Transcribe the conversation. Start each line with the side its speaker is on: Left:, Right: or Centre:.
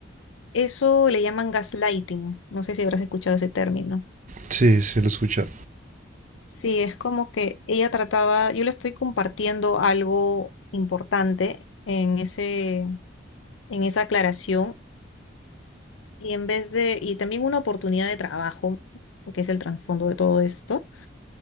Left: eso le llaman gaslighting, no sé si habrás escuchado ese término.
Right: Sí, se lo escucha.
Left: Sí, es como que ella trataba, yo le estoy compartiendo algo importante en ese, en esa aclaración, y en vez de, y también una oportunidad de trabajo, que es el trasfondo de todo esto